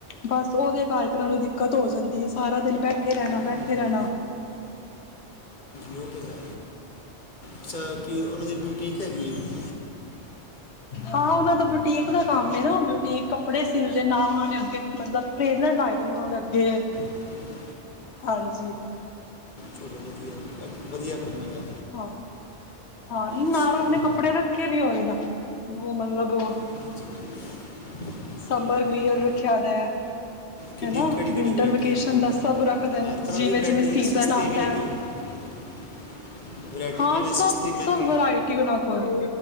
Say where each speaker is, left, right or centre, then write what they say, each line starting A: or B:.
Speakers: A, on the left; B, on the left.
A: ਬੱਸ ਉਹਦੇ ਕਰਕੇ ਉਹਨਾਂ ਨੂੰ ਦਿੱਕਤ ਹੋ ਜਾਂਦੀ ਐ। ਸਾਰਾ ਦਿਨ ਬੈਠੇ ਰਹਿਣਾ,
B: ਹਮ,
A: ਬੈਠੇ
B: ਹਮ,
A: ਰਹਿਣਾ
B: ਯੋ ਤੋਂ ਹੈ, ਅੱਛਾ ਕਿ ਉਹਨਾਂ ਦੀ ਕੀ ਡਿਊਟੀਕ ਹੈਗੀ ਐ।
A: ਹਾਂ, ਉਹਨਾਂ ਦਾ ਬੁਟੀਕ ਦਾ ਕੰਮ ਐ ਨਾ ਬੂਟੀਕ ਕੱਪੜੇ ਸਿਲਦੇ ਨਾਲ ਉਹਨਾਂ ਨੇ ਅੱਗੇ ਮਤਲਬ ਟ੍ਰੇਲਰ ਲਾਏ ਨੇ ਉਹ ਨੇ ਅੱਗੇ
B: ' <inaudible>
A: ਹਾਂਜੀ।
B: ਚਲੋ ਵਧੀਆ ਅੱਛਾ, ਵਧੀਆ ਕੰਮ ਹੈਗਾ।
A: ਹਾਂ। ਹਾਂ, ਇਹ ਨਾਲ
B: ਚਲੋ,
A: ਉਹ‌ਨੇ ਕੱਪੜੇ ਰੱਖੇ ਵੀ ਹੋਏ ਨਾ ਉਹ ਮਤਲਬ
B: ਅੱਛਾ, ਠੀਕ
A: ਸੰਬਰਵਅਰ
B: ਹੈ।
A: ਰੱਖਿਆ ਦਾ ਐ
B: ਕਿੰਨੀ
A: ਹਨਾ
B: ਕਿਹੜੀ ਕਿਹੜੀ
A: ਵਿੰਟਰ
B: ਵੈਰਾਈਟੀ
A: ਵੇਕੇਸ਼ਨ
B: ਹੈਗੀ ਹੈ
A: ਦਾ
B: ਆਪਣਾ
A: ਸਭ ਰੱਖਦੇ ਨੇ
B: ਹਰ ਤਰ੍ਹਾਂ
A: ਜਿਵੇਂ-ਜਿਵੇਂ
B: ਦੀ ਵੈਰਾਈਟੀ
A: ਸੀਜ਼ਨ
B: ਹੈ ਸਸਤੀ
A: ਆਦਾ
B: ਵੀ ਹੈਗੀ
A: ਐ।
B: <inaudible> ਵੈਰਾਈਟੀ
A: ਹਾਂ
B: ਕਿਵੇਂ
A: ਸਭ-ਸਭ
B: ਸਸਤੀ ਮਹਿੰਗੀ
A: ਵਰਾਇਟੀ ਉਹਨਾਂ ਕੋਲ।